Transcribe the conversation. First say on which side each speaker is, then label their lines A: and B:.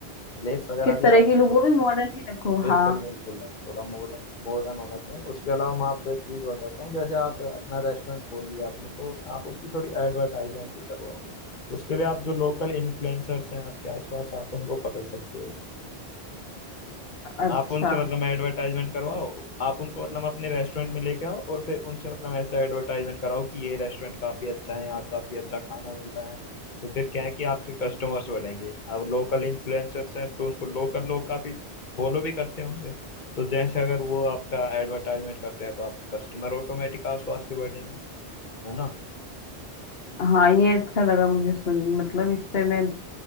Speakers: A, on the left; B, on the left.
A: प्लेट्स वगैरह
B: किस
A: भी
B: तरह
A: आप
B: की लूं वो भी मॉडर्न ही रखूं
A: बिल्कुल
B: हाँ
A: बिल्कुल थोड़ा मॉडर्न मॉडर्न होना चाहिए उसके अलावा मैं आपको एक चीज बताता हूँ जैसे आप अपना रेस्टोरेंट खोल लिया आपने तो आप उसकी थोड़ी एडवर्टाइजमेंट भी करवाओ उसके लिए आप जो लोकल इन्फ्लुएंसर्स हैं आपके आसपास आप उनको पकड़ सकते हो
B: अच्छा
A: आप उनसे मतलब एडवर्टाइजमेंट करवाओ आप उनको मतलब अपने रेस्टोरेंट में लेके आओ और फिर उनसे मतलब ऐसा एडवर्टाइजमेंट कराओ कि ये रेस्टोरेंट काफी अच्छा है यहाँ काफी अच्छा खाना मिलता है तो फिर क्या है कि आपके कस्टमर्स बढ़ेंगे अब लोकल इन्फ्लुएंसर्स हैं तो उनको लोकल लोग काफी फॉलो भी करते होंगे तो जैसे अगर वो आपका एडवर्टाइजमेंट करते हैं तो आप कस्टमर ऑटोमेटिक आसपास के बढ़ेंगे है ना
B: हाँ ये अच्छा लगा मुझे सुन मतलब इस पे मैं